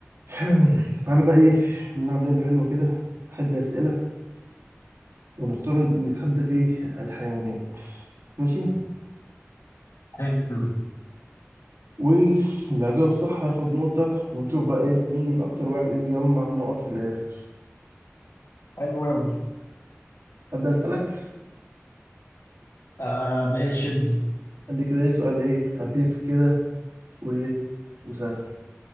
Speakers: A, on the right (about 80°); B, on the left (about 80°).
A: <clears throat> تعالى بقى ايه نلعب لعبة حلوة كده تحدي أسئلة ونختار نتحدى في الحيوانات ماشي
B: حلو
A: واللي هيجاوب صح هياخد نقطة ونشوف بقى ايه مين أكتر واحد ايه يجمع نقط في الآخر
B: حلو أوي
A: أبدأ أسألك
B: آه ماشي ابدأ
A: أدي كده ايه سؤال ايه خفيف كده وايه وسهل